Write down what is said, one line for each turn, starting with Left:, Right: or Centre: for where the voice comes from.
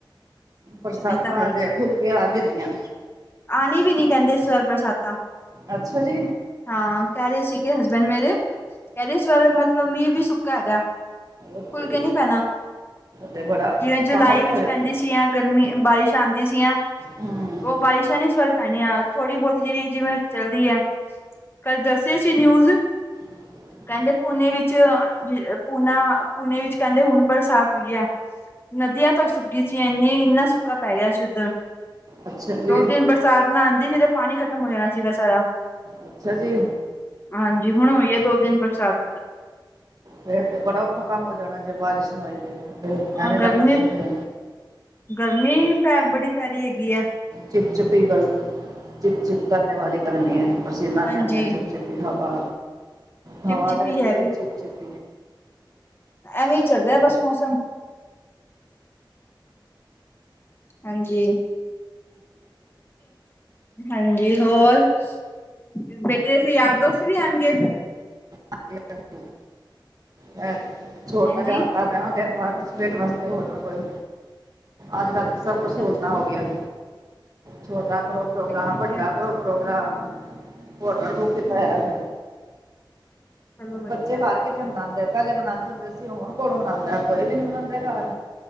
Right: ਬਰਸਾਤਾਂ
Left: ਇਹ ਤਾਂ
Right: ਅਜੇ ਖੁੱਲ ਕੇ ਆ ਨੀ ਰਹੀਆ।
Left: ਆਂਣੀ ਵੀ ਨੀ ਕਹਿੰਦੇ ਇਸ ਵਾਰ ਬਰਸਾਤਾਂ।
Right: ਅੱਛਾ ਜੀ।
Left: ਹਾਂ ਕਹਿ ਰਹੇ ਸੀਗੇ ਹਸਬੈਂਡ ਮੇਰੇ ਕਹਿ ਰਹੇ ਸੀ ਇਸ ਵਾਰੇ ਮਤਲਬ ਮੀਂਹ ਵੀ ਸੁੱਕਾ ਹੈਗਾ। ਖੁੱਲ
Right: ਓਕੇ
Left: ਕੇ
Right: ਜੀ
Left: ਨੀ ਪੈਣਾ।
Right: ਤੇ ਬੜਾ
Left: ਜਿਵੇਂ ਜੁਲਾਈ
Right: ਕੰਮ ਔਖਾ
Left: ਵਿੱਚ
Right: ਹੋ ਜਾਣਾ
Left: ਪੈਂਦੀ ਸੀ। ਐ ਗਰਮੀ ਬਾਰਿਸ਼ ਆਂਦੀ ਸੀ ਆ।
Right: ਹਮ,
Left: ਉਹ ਬਾਰਿਸ਼ਾਂ ਨੀ ਇਸ ਵਾਰ ਪੈਣੀਆਂ। ਥੋੜੀ ਬਹੁਤੀ ਜਿਹੜੀ ਜਿਵੇਂ ਚੱਲਦੀ ਐ। ਕੱਲ ਦੱਸਿਆ ਸੀ ਨਿਊਜ਼।
Right: ਹ <inaudible>
Left: ਕਹਿੰਦੇ ਪੂਨੇ ਵਿੱਚ ਪੂਨਾ -ਪੂਨੇ ਵਿੱਚ ਕਹਿੰਦੇ ਹੁਣ ਬਰਸਾਤ ਹੋਈ ਐ। ਨਦੀਆਂ ਤੱਕ ਸੁੱਕੀ ਸੀ ਇੰਨੀ -ਇੰਨਾ ਸੋਕਾ ਪੈ ਗਿਆ ਸੀ। ਉੱਧਰ।
Right: ਅੱਛਾ ਜੀ
Left: ਦੋ ਦਿਨ ਬਰਸਾਤ ਨਾ ਆਂਦੀ ਫਿਰ ਪਾਣੀ ਖ਼ਤਮ ਹੋ ਜਾਣਾ ਸੀਗਾ ਸਾਰਾ।
Right: ਅੱਛਾ -ਜੀ
Left: ਹਾਂਜੀ ਹੁਣ ਹੋਈ ਐ। ਦੋ ਦਿਨ ਬਰਸਾਤ।
Right: ਫਿਰ ਤੇ ਬੜਾ ਔਖਾ ਕੰਮ ਹੋ ਜਾਣਾ ਜੇ ਬਾਰਿਸ਼ ਨਾ ਹੋਈ ਤੇ। ਤੇ
Left: ਹਾਂ
Right: ਐਵੇਂ ਦਾ
Left: ਗਰਮੀ
Right: ਮੌਸਮ ਤੇ।
Left: ਗਰਮੀ ਅ ਬੜੀ ਪੈ ਰਹੀ ਹੈਗੀ ਆ।
Right: ਚਿਪ- ਚਿਪ ਹੀ ਗ ਚਿਪ -ਚਿਪ ਕਰਨੇ ਵਾਲੀ ਗਰਮੀ ਐ। ਪਸੀਨਾ ਵੀ
Left: ਹਾਂਜੀ
Right: ਆਉਂਦਾ ਚਿਪ ਚਿਪੀ ਹਵਾ -ਹਵਾ
Left: ਚਿਪ ਚਿਪੀ
Right: ਲਗਦੀ
Left: ਹੈਗੇ
Right: ਐ। ਹੋ ਚਿਪ- ਚਿਪ
Left: ਐਵੇਂ ਹੀ ਚੱਲ ਰਿਹਾ ਬਸ ਮੌਸਮ। ਹਾਂਜੀ -ਹਾਂਜੀ ਹੋਰ ਮੈ ਕਿਹਾ ਰਹੀ ਸੀ। ਯਾਰ ਦੋਸਤ ਵੀ ਆਣਗੇ।
Right: ਹਾਂ <inaudible> ਹੈ ਛੋਟਾ
Left: ਹਾਂਜੀ
Right: ਜਾ ਹਨਾਂ। ਪਾਰਟੀਸਪੇਟ ਵਾਸਤੇ ਹੋਰ ਨਾ ਕੋਈ ਅੱਜ- ਕੱਲ ਤੇ ਸੁੱਖ
Left: ਅੱਛਾ
Right: ਸਹੂਲਤਾਂ
Left: ਅੱਛਾ
Right: ਹੋ ਗਿਆ। ਛੋਟਾ ਕਰੋ ਪ੍ਰੋਗਰਾਮ,
Left: ਇਹ ਤਾਂ ਹੈ ਹੀ
Right: ਵੱਡਾ
Left: ਹੈ
Right: ਕਰੋ ਪ੍ਰੋਗਰਾਮ ਹੋਟਲ ਬੁੱਕ
Left: ਹਮ
Right: ਕੀਤਾ
Left: ਹਮ
Right: ਹੋਇਆ।
Left: ਚਲੋ ਵਧੀਆ
Right: ਬੱਚੇ ਘਰ ਕਿੱਥੇ ਮਨਾਂਦੇ ਆ। ਪਹਿਲੇ ਮਨਾਂਦੇ ਹੁੰਦੇ ਸੀ। ਹੁਣ ਕੌਣ ਮਨਾਂਦਾ ਕੋਈ ਵੀ ਨੀ ਮਨਾਂਦੇ ਘਰ।